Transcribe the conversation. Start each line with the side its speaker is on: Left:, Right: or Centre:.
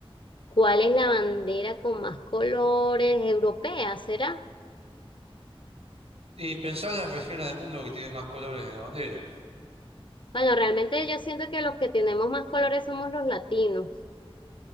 Left: ¿Cuál es la bandera con más colores? ¿Europea, será?
Right: Y pensá en las regiones del mundo que tienen más colores en la bandera.
Left: Bueno, realmente yo siento que los que tenemos más colores somos los latinos,